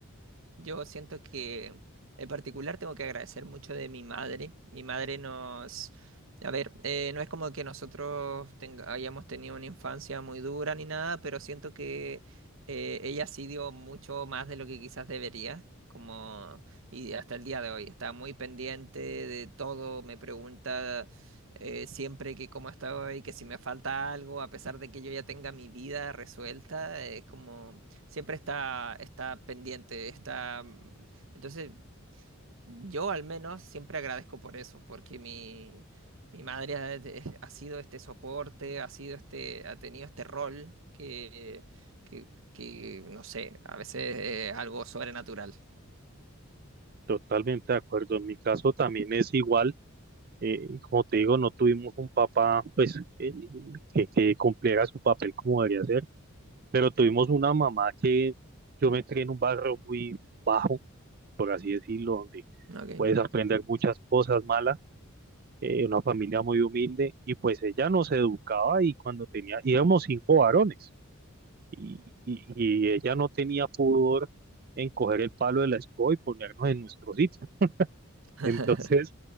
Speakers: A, on the right; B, on the right.
A: Yo siento que en particular tengo que agradecer mucho de mi madre. Mi madre nos... A ver, eh, no es como que nosotros tenga- hayamos tenido una infancia muy dura ni nada, pero siento que eh, ella sí dio mucho más de lo que quizás debería. Como, y hasta el día de hoy está muy pendiente de todo, me pregunta eh, siempre que cómo estoy, que si me falta algo, a pesar de que yo ya tenga mi vida resuelta, es como siempre está, está pendiente, está... mm, Entonces, yo al menos siempre agradezco por eso, porque mi, mi madre ha, de- ha sido este soporte, ha sido este, ha tenido este rol que, que, que, no sé, a veces es algo sobrenatural,
B: Totalmente de acuerdo. En mi caso también es igual. Eh, y como te digo, no tuvimos un papá pues el- que, que cumpliera su papel como debería ser, pero tuvimos una mamá que yo me crié en un barrio muy bajo, por así decirlo, donde
A: ¿ok?
B: puedes aprender muchas cosas malas, eh, una familia muy humilde y pues ella nos educaba y cuando tenía, íbamos cinco varones y, y, y ella no tenía pudor en coger el palo de la escoba y ponernos en nuestro sitio.
A: <laughs>
B: Entonces,